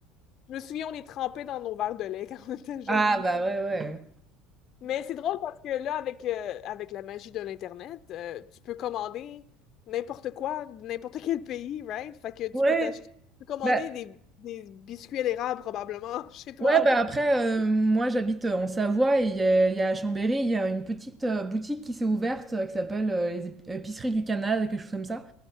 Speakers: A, on the left; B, on the right.
A: je me souviens, on les trempait dans nos verres de lait <laughs> quand on était jeunes.
B: Ah bah ouais, ouais.
A: Mais c'est drôle parce que là, avec, euh, avec la magie de l'Internet, euh, tu peux commander n'importe quoi, de n'importe quel pays, right? Fait que tu
B: Ouais,
A: peux t'acheter, tu peux commander
B: bah,
A: des, des biscuits à l'érable probablement <laughs> chez toi.
B: Ouais, bah, après, heu, moi j'habite, heu, en Savoie et il y a il y a à Chambéry, il y a une petite, heu, boutique qui s'est ouverte, heu, qui s'appelle, heu, les ép épiceries du Canada, quelque chose comme ça